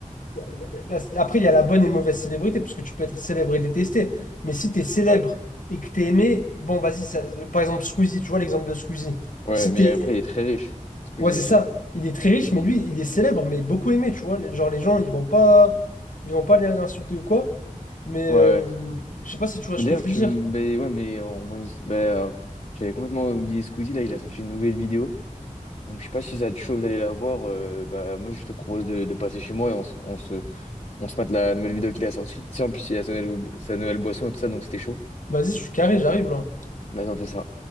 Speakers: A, on the left; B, on the left.
A: la- la- après, il y a la bonne et mauvaise célébrité, puisque tu peux être célèbre et détesté. Mais si tu es célèbre
B: Ouais,
A: et que tu es aimé, bon, vas-y, ça- par exemple, Squeezie, tu vois l'exemple de Squeezie.
B: ouais,
A: Si
B: mais
A: t'es...
B: après, il est très riche. Squeezie
A: Ouais, c'est
B: aussi.
A: ça. Il est très riche, mais lui, il est célèbre, mais beaucoup aimé, tu vois. Les- Genre, les gens, ils vont pas, ils vont pas aller l'insulter ou quoi. Mais euh,
B: Ouais, ouais.
A: je sais pas si tu vois
B: Mais
A: ce
B: d'ailleurs,
A: que je veux
B: tu
A: dire.
B: me. ben ouais, mais en bonne. ben, euh, j'avais complètement oublié Squeezie, là, il a sorti une nouvelle vidéo. Donc, je sais pas si ça te chauffe d'aller la voir. euh, bah, moi, je te propose de, de passer chez moi et on, se, on se on se mate la nouvelle vidéo qu'il a sortie. Tu sais, en plus, il a sa nouvelle, sa nouvelle boisson et tout ça, donc c'était chaud.
A: Vas-y, je suis carré, j'arrive là.
B: Vas-y, on fait ça.